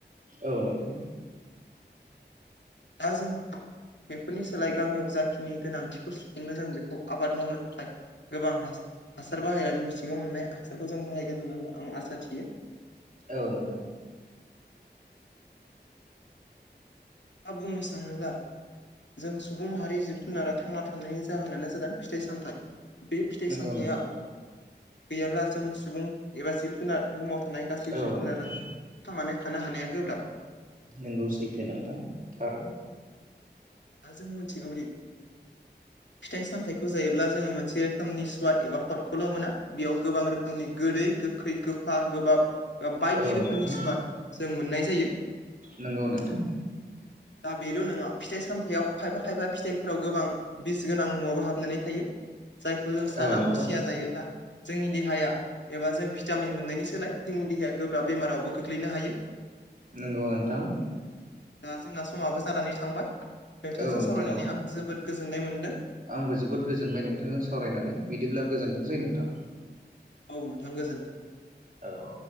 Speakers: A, on the right; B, on the left.
A: औ नोंथां।
B: दा जों बेफोरनि सोलाय गामियाव जाखिनि गोनांथिखौ सुफुंनो जों बेखौ आबाद मावनो थाखाय गोबां हासार बाहायनानै मिथिङाव मोननाय हासारखौ जों बाहायगोन होननानै आं आसा थियो।
A: औ नोंथां।
B: मा बुंनो सानोब्ला जों सुबुं माहारि जिब जुनारा थांना थानायनि जाहोनानो जादों फिथाइ सामथाइ बे फिथाइ
A: नंगौ
B: सामथाइया
A: नोंथां
B: गैयाब्ला जों सुबुं एबा जिब-जुनार बुहुमाव थानाय गासैबो
A: औ
B: जिब जुनाराथांनानै
A: नोंथां
B: थानो हानाया गोब्राब।
A: नोंगौ सैथो नोंथां थार।
B: दा जों मिथिगौदि फिथाइ सामथायाइखौ जायोब्ला जोंङ मोनसे रोखोमनि स्वाद एबा खदखौल' मोना बेयाव गोबां रोखोमनि गोदै गो खै गोफा गोबाब बा बायदि
A: औ
B: रोखोमनि
A: नोंथां
B: सुवाद जों मोननाय जायो।
A: नोंगौ नोंथां।
B: दा बेल' नङा फिथाइ सामथायाइयाव खायफा खायफा फिथाइफोराव गोबां बिस गोनां मुवाबो हाबनानै थायो जायखौ जों साना
A: औ नोंथां
B: हसिया जायोब्ला जोंनि देहाया एबा जों भिटामिन मोननायनि सोलाय जोंनि देहाया गोब्राब बेमारावबो गोग्लैनो हायो।
A: नंगौ नोंथां।
B: दा जोंना समाबो जानानै थांबाय नोंथांजों
A: औ नोंथां
B: सावरायनानै
A: औ
B: आं जोबद गोजोननाय मोनदों।
A: आंबो जोबोद गोजोनबाय नोंथांजों सावरायनानै बिदिब्ला गोजोनथों सै नोंथां।
B: औ नोंथां गोजोनथों।
A: औ